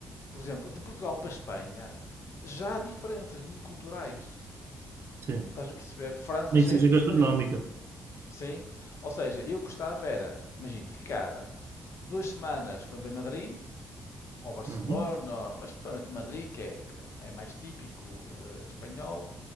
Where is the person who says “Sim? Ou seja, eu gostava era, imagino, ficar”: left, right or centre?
Left